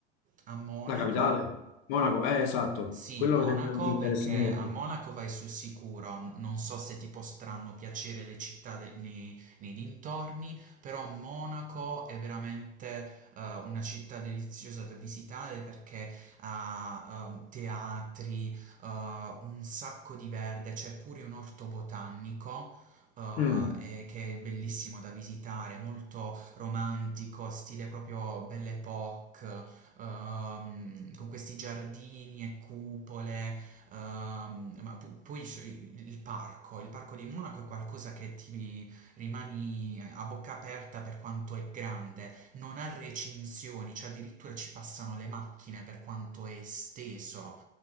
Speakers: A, on the right; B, on the left.
A: a Monaco.
B: La capitale? Monaco, eh, esatto,
A: Sì,
B: quello
A: Monaco,
B: per esempio mi interessa
A: perché
B: molto.
A: a Monaco vai sul sicuro, n- non so se ti potranno piacere le città de- nei, nei dintorni, però Monaco è veramente eh, una città deliziosa da visitare perché ha eh, teatri, eh, un sacco di verde, c'è pure un orto botanico eh,
B: Mm.
A: e che è bellissimo da visitare, molto romantico, stile proprio Belle Époque, ehm, con questi giardini e cupole. ehm, ma pu- poi c- il parco, il parco di Monaco è qualcosa che ti rimani a bocca aperta per quanto è grande, non ha recinzioni, cioè addirittura ci passano le macchine per quanto è esteso